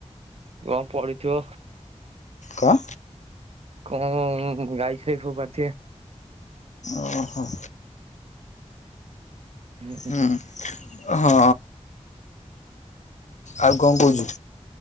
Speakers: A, on the right; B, on the left.
A: କଣ ପଡିଥିବ।
B: କଁ?
A: କଣ ଗାଈ ଫାଇ ଫୋପାଡି ଥିବେ।
B: ଓହୋ।
A: ହୁଁ
B: ହୁଁ ହଁ ଆଉ କଣ କହୁଛୁ?